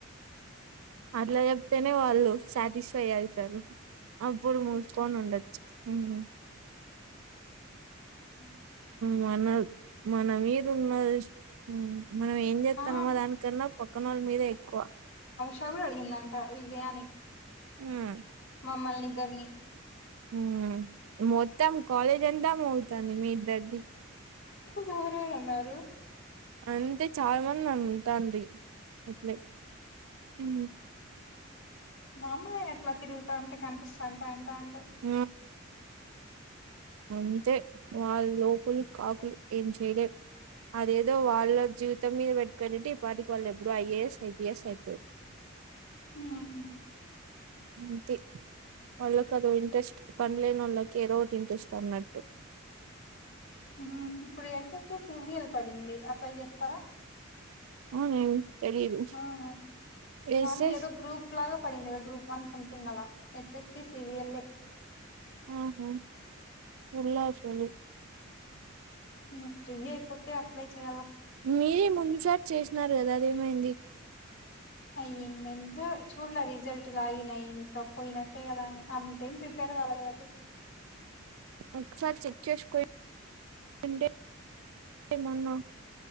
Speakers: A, on the right; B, on the left.
A: అట్లా చెప్తేనే వాళ్ళు సాటిస్ఫై అవుతారు అప్పుడు మూసుకొని ఉండొచ్చు మ్మ్
B: మ్మ్
A: మనద్ మన మీదున్న డ్రెస్ట్ మనం ఏం చేస్తానమో
B: ఆ
A: దానికన్నా పక్కనొల్ల మీదే మీద ఎక్కువ
B: తవుడు అడిగిందంట విజయానికి
A: హ్మ్.
B: మమ్మల్నిద్దర్ని
A: ఉమ్ మొత్తం కాలేజ్ అందాం అవుతుంది మీ ఇద్దరిది
B: ఎవరెవరు అన్నారు
A: అంతే చాలా మంది అంటాండ్రి వసల ఉ
B: మామూలుగా అట్లా తిరుగుతా ఉంటే కనిపిస్తాంటే అంట అంటే
A: ఆ అంతే వాళ్లు లోకులు కాకులు ఏం చేయలేం అదేదో వాళ్ల జీవితం మీద పెట్టు కమిటీ ఈ పాటికి వాళ్ళు ఎప్పుడూ ఐఏఎస్ ఐపీఎస్ అయిపోయింది
B: ఉమ్
A: అంతే వాళ్ళకి అదో ఇంట్రెస్ట్ పనిలేనోళ్ళకి ఏదో ఒకటి ఇంట్రెస్ట్ అన్నట్టు
B: హ్మ్ ఇప్పుడు S S T C G L పడింది అప్లై చేస్తారా
A: అవునేం తెలీదు
B: ఆ,
A: ఎస్
B: దాంతో
A: ఎస్
B: ఏదో గ్రూప్ లాగా పడింది గదా గ్రూప్ వన్ సమ్తింగ్ అలా S S C C G L ఏ
A: ఆహా విన్లా యాక్చువల్లీ
B: ఉమ్ జల్దీ అయిపోతే అప్లై చెయ్యళ్ల
A: మీరే ముందుసారి చేసినారు గదా అదేమైంది
B: అయ్యఏమైందో చూళ్ళే రిజల్ట్ లాగిన్ అయ్ ఇంకా పోయినట్టే గదా అని అంతేం ప్రిపేర్ కాలే కాబ్బటి
A: ఒకసారి చెక్ చేసుకో ఉంటే ఏమన్నా